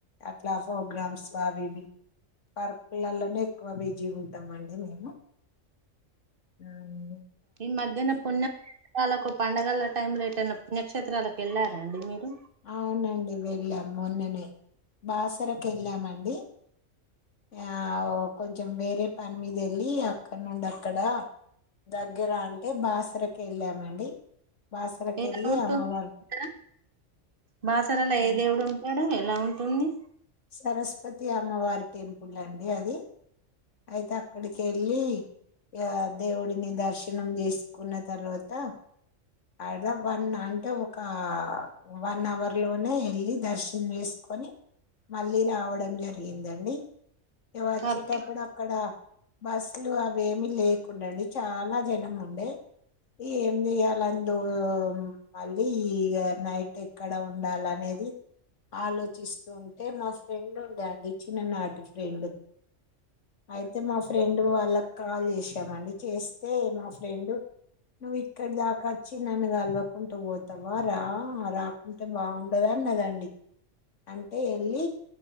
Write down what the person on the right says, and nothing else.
ఈ మధ్యన పుణ్య వాళ్ళకు పండగల టైమ్ లో రిటను పుణ్యక్షేత్రాలకు వెళ్ళారండి మీరు
ఎలా ఉంటుంది
అక్కడ బాసరలో
ఏ దేవుడు ఉంటాడు ఎలా ఉంటుంది
పబ్లిక్